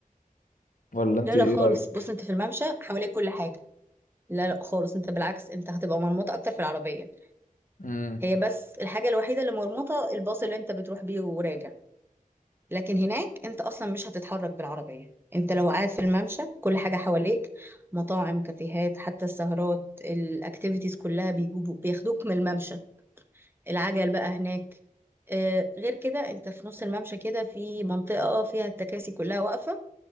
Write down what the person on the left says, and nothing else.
ولا انت
ايه
رايك
امم